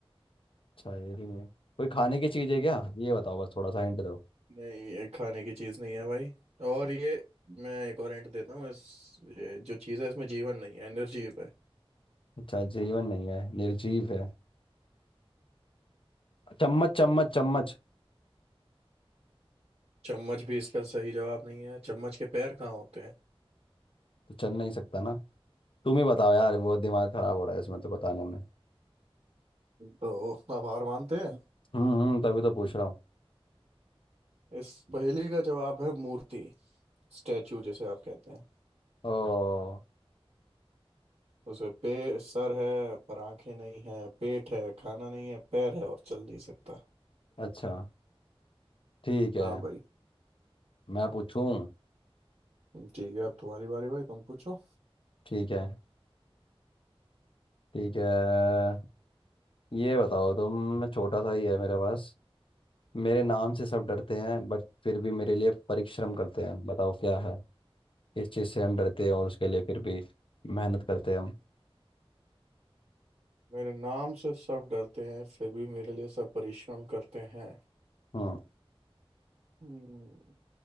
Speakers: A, on the left; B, on the right.
A: अच्छा ये भी नहीं है कोई खाने की चीज़ है क्या ये बताओ बस थोड़ा सा हिंट दो
B: नहीं ये खाने की चीज नहीं है भाई और ये मैं एक और हिंट देता हूँ इस ये जो चीज है इसमें जीवन नहीं है एनर्जी है
A: अच्छा जीवन नहीं है निर्जीव है चम्मच चम्मच चम्मच
B: चम्मच भी इसका सही जवाब नहीं है चम्मच के पैर कहाँ होते हैं
A: तो चल नहीं सकता ना तुम ही बताओ यार बहुत दिमाग खराब हो रहा है इसमें तो बताने में
B: तो आप हार मानते हैं
A: हम्म हम्म तभी तो पूछ रहा हूँ
B: इस पहेली का जवाब है मूर्ति स्टैचू जैसे आप कहते हैं
A: ओ
B: उसे पे सर है पर आंखें नहीं है पेट है खाना नहीं है पैर है और चल नहीं सकता
A: अच्छा ठीक है
B: हाँ भाई
A: मैं पूछूं
B: ठीक है अब तुम्हारी बारी भाई तुम पूछो
A: ठीक है ठीक है ये बताओ तुम छोटा सा ही है मेरे पास मेरे नाम से सब डरते हैं बट फिर भी मेरे लिए परिश्रम करते हैं बताओ क्या है इस चीज़ से हम डरते हैं और उसके लिए फिर भी मेहनत करते हैं हम
B: मेरे नाम से सब डरते हैं फिर भी मेरे लिए सब परिश्रम करते हैं
A: हम्म
B: हम्म,